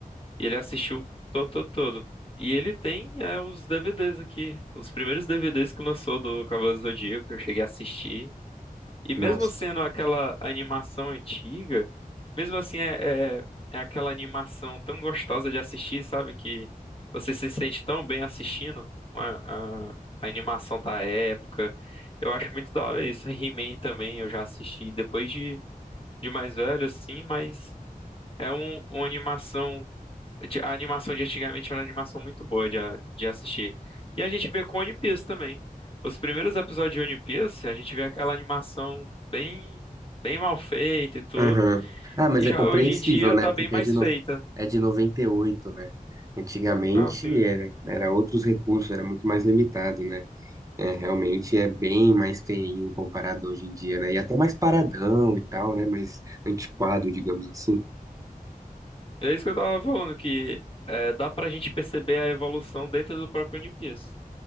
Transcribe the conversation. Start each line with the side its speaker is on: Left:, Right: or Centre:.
Left: e ele assistiu todo, todo, todo. E ele tem é, os DVDs aqui, os primeiros DVDs que lançou do Cavaleiro do Zodíaco, eu cheguei a assistir. E
Right: nossa.
Left: mesmo sendo aquela animação antiga, mesmo assim é, é, é aquela animação tão gostosa de assistir, sabe? Que você se sente tão bem assistindo a, a, a animação da época. Eu acho muito da hora isso. He-Man também eu já assisti depois de, de mais velho, assim, mas é um, uma animação de- A animação de antigamente era uma animação muito boa de, a- de assistir. E a gente vê com One Piece também. Os primeiros episódios de One Piece, a gente vê aquela animação bem, bem mal feita e tudo.
Right: Aham. Ah, mas
Left: E já
Right: é compreensível,
Left: hoje em dia
Right: né?
Left: tá
Right: Porque
Left: bem mais
Right: é de, no...
Left: feita.
Right: é de noventa e oito né? Antigamente
Left: Ah, sim.
Right: era, era outros recursos, era muito mais limitado, né? É, realmente é bem mais feinho comparado hoje em dia, né? E até mais paradão e tal, né? Mais antiquado, digamos assim.
Left: É isso que eu tava falando, que é, dá pra gente perceber a evolução dentro do próprio One Piece.